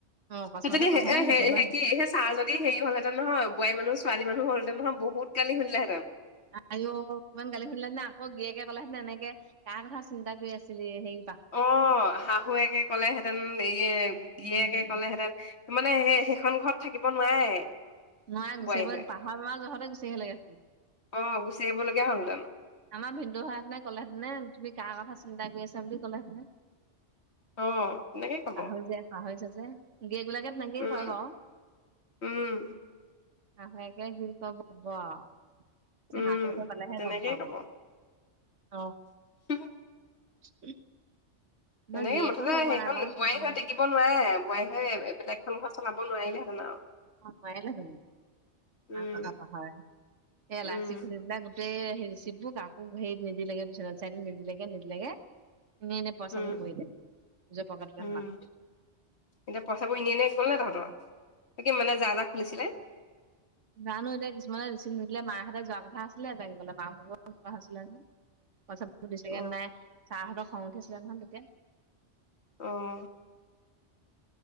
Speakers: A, on the right; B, on the left.
A: অ অকস্মাতে
B: সিজনি
A: পাহৰো
B: হে এ
A: কেতিয়াবা
B: হে- এ হে কি <unintelligible> তাৰ যদি হেৰি হলহেঁতেন নহয় বোৱাৰী মানুহ ছোৱালী মানুহ হল হেতেন নহয় বহুত গালি শুনিলে হেঁতেন।
A: আইয় ইমান গালি শুনিলে জানা আকৌ গিয়েকে ক'লে হেতেন এনেকে কা কথা চিন্তা কৰি আছিলি হেই
B: অ, শাহুৱেকে ক'লেহেঁতেন ইয়ে গীয়েকে
A: উম,
B: ক'লেহেঁতেন মানে হে সেইখন ঘৰত থাকিব নোৱাৰে?
A: নোৱায়ে গুচি
B: বোৱাৰী
A: আহিব
B: হৈ।
A: পাহৰাৰ ল'ৰাৰ যহতে গুচি আহিলে <unintelligible>
B: অ, গুচি আহিব লগীয়া হ'লহেতেন।
A: আমাৰ ভিনদেউ হোৱা হেঁতেনে ক'লেহেতেনে এ তুমি কাৰ কথা চিন্তা কৰি আছা বুলি ক'লেহেঁতেন।
B: অ' তেনেকে ক'ব।
A: পাহৰি যায় -পাহৰি যায় যে। গীৰিয়েক বিলাকে তেনেকেইে
B: উম,
A: কৰে বাৰু।
B: উম,
A: শাহুয়েকে একে কি কব -কব আও, যে
B: উম,
A: শাহু ঘৰ পালেহে
B: তেনেকেই
A: গম পাম।
B: ক'ব।
A: অ',
B: <unintelligible>
A: <unintelligible> নহয়
B: তেনেকে
A: গিৰিয়েকো
B: মুঠতে
A: হৈ পোৱা
B: সেইখন
A: নাই বাৰু
B: বোৱাৰী
A: অ',
B: হৈ টিকিব নোৱাৰে। বোৱাই হয় বেলেগখন ঘৰ চলাব নোৱাৰিলেহেঁতেন আৰু।
A: অ, ভয়ে লাগে মোৰ।
B: উম,
A: অ, কথা পাহৰে এ এলাইচি
B: উম,
A: ঘূলি পেলাই <unintelligible> গোটেই হে ৰিচিপ বোৰ কাকো হেৰীত নিদিলেগে <unintelligible> নিদিলেগে- নিদিলেগে। এনে -এনে পইচাবোৰ
B: উম,
A: ভৰিলে নিজৰ পকেটতে
B: উম,
A: সোমাল।
B: এতিয়া পইচাবোৰ এনে এনেই গ'ল নে তহঁতৰ এই কি মানে যাহ -যাহ খুলিছিলে?
A: জানো এতিয়া কিছুমানে ৰচিপ নিদিলে মাইহঁতে যোৱা কথা আছিলে <unintelligible> মা ভাগ তেনেকুৱা হৈছিলে নহয়। পইছা <unintelligible>
B: অ
A: নাই ছাৰহঁতৰ খং উঠিছিলে নহয় তেতিয়া।
B: উম,